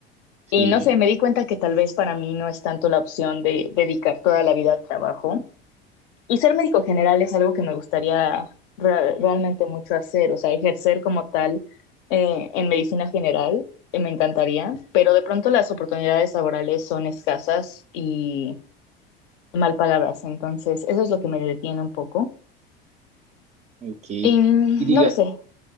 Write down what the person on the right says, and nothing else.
sí.
Ok.
Y diga,